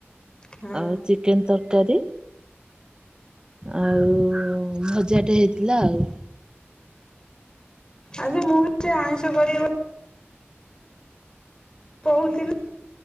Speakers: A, on the left; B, on the right.
A: ହୁଁ
B: ଆଉ ଚିକେନ ତର କାରୀ ଆଉ ଭଜା ଟେ ହେଇଥିଲା ଆଉ
A: ଆଜି ମୁଁ ବି ସେ ଆଇଁଷ କରିବି କହୁଥିଲି।